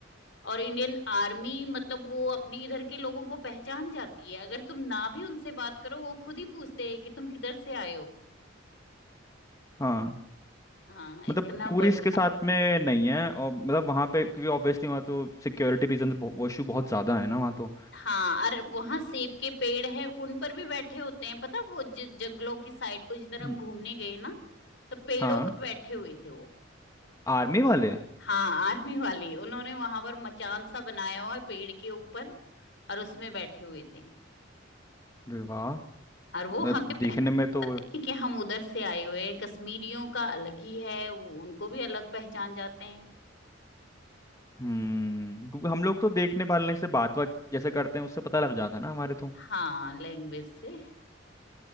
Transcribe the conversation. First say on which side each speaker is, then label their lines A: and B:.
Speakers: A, on the left; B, on the left.
A: और इंडियन आर्मी मतलब वो अपने इधर के लोगों को पहचान जाती है अगर तुम ना भी उनसे बात करो वो खुद ही पूछते हैं कि तुम किधर से आए हो
B: हाँ
A: हाँ इतना
B: मतलब टूरिस्ट
A: बढ़िया
B: के साथ में नहीं है और मतलब वहाँ पे क्योंकि ऑब्वियसली वहाँ तो सिक्योरिटी रीजन वो इशू बहुत ज़्यादा है ना वहाँ तो
A: हाँ अरे वहां सेब के पेड़ हैं उन पर भी बैठे होते हैं पता वो ज- जंगलों की साइड को जिधर हम
B: हम्म,
A: घूमने गए ना तो पेड़ों
B: हाँ
A: पर बैठे हुए थे वो
B: आर्मी वाले
A: हाँ आर्मी वाली उन्होंने वहां पर मचान सा बनाया हुआ है पेड़ के ऊपर और उसमें बैठे हुए थे
B: अरे वाह
A: और
B: मतलब
A: वो हमें पहचाने
B: देखने में तो
A: कि हम उधर से आए हुए हैं कश्मीरियों का अलग ही है वो उनको भी अलग पहचान जाते हैं
B: हम्म क्योंकि हम लोग तो देखने वालने से बात बात जैसे करते हैं उससे पता लग जाता है ना हमारे तो
A: हाँ लैंग्वेज से